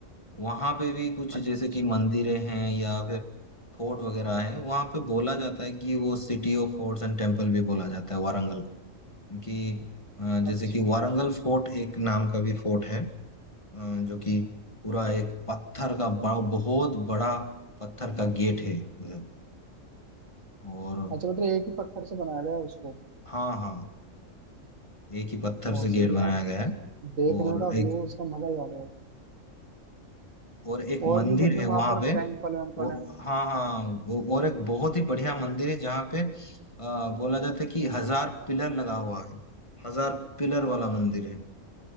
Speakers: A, on the left; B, on the right.
A: वहाँ पे भी कुछ
B: अच्छा
A: जैसे कि मंदिरें हैं या फिर फोर्ट वगैरह है वहाँ पे बोला जाता है कि वो city of forts and temple भी बोला जाता है वारंगल को। क्योंकि अ, जैसे
B: अच्छा
A: कि वारंगल फोर्ट एक नाम का भी फोर्ट है अ, जो कि पूरा एक पत्थर का बड़ा बहुत बड़ा पत्थर का गेट है उधर। और
B: अच्छा मतलब एक ही पत्थर से बनाया गया है उसको
A: हाँ हाँ एक ही पत्थर
B: बहुत
A: से गेट
B: सही है
A: बनाया
B: यार
A: गया है
B: देखने
A: और
B: का
A: एक
B: व्यू उसका मजा ही आ रहा है
A: और एक मंदिर
B: और भी मतलब
A: है वहां
B: वहां पर टैंक
A: पे
B: पले हैं
A: वो हाँ हाँ वो और एक बहुत ही बढ़िया मंदिर है जहाँ पे आ, बोला जाता है कि हजार पिलर लगा हुआ है हजार पिलर वाला मंदिर है